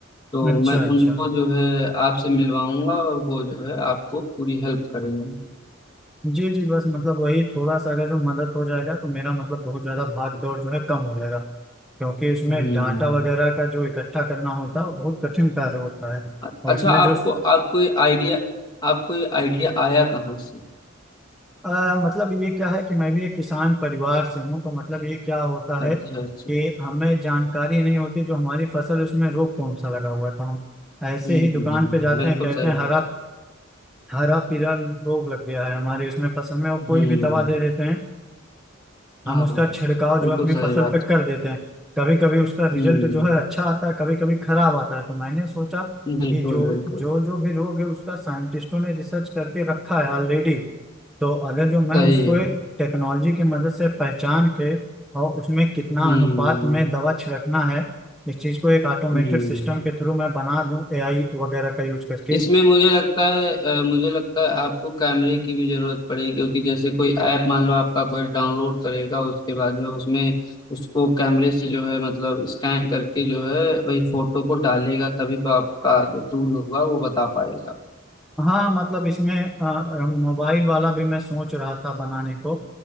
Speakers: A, on the left (about 20°); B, in the centre.
A: तो
B: अच्छा
A: मैं
B: अच्छा
A: उनको जो है आपसे मिलवाऊंगा और वो जो है आपको पूरी हेल्प करेंगे
B: जी जी बस मतलब वही थोड़ा सा अगर जो मदद हो जाएगा तो मेरा मतलब बहुत ज्यादा भाग दौड़ जो है कम हो जाएगा क्योंकि इसमें
A: हम्म
B: डाटा वगैरह का जो इकट्ठा करना होता है वो बहुत कठिन कार्य होता है
A: अ-
B: और
A: अच्छा
B: इसमें जो
A: आपको आपको ये आइडिया आपको ये आइडिया आया कहाँ से
B: अ, मतलब ये क्या है कि मैं भी एक किसान परिवार से हूँ तो मतलब ये क्या होता
A: अच्छा
B: है कि
A: अच्छा
B: हमें जानकारी नहीं होती जो हमारी फसल है, उसमें रोग कौन सा लगा हुआ है तो हम ऐसे
A: हम्म
B: ही दुकान पे जाते
A: बिल्कुल
B: हैं कहते
A: सही
B: हैं
A: बात
B: हरा हरा पीला रोग लग गया है हमारी उसमें फसल में और कोई
A: हम्म
B: भी दवा दे देते हैं हम
A: हाँ
B: उसका छिड़काव
A: बिल्कुल
B: जो है अपनी
A: सही
B: फसल
A: बात
B: पे कर देते हैं कभी कभी उसका रिजल्ट
A: हम्म
B: जो है अच्छा आता है कभी कभी खराब आता है तो मैंने सोचा कि
A: बिल्कुल
B: जो
A: बिल्कुल
B: जो जो भी रोग है उसका साइंटिस्टों ने रिसर्च करके रखा है ऑलरेडी तो अगर जो मैं
A: सही
B: उसको
A: है
B: टेक्नोलॉजी की मदद से पहचान के और उसमें कितना
A: हम्म
B: अनुपात में दवा छिड़कना है इस चीज को एक ऑटोमेटेड
A: हम्म
B: सिस्टम के थ्रू मैं बना लूं एआई वगैरह का यूज करके
A: इसमें मुझे लगता है अ, मुझे लगता है आपको कैमरे की भी जरूरत पड़ेगी क्योंकि जैसे कोई ऐप मान लो आपका कोई डाउनलोड करेगा उसके बाद में उसमें उसको कैमरे से जो है मतलब स्कैन करके जो है वही फोटो को डालेगा तभी तो आपका जो टूल होगा वो बता पाएगा
B: हाँ मतलब इसमें अ, मोबाइल वाला भी मैं सोच रहा था बनाने को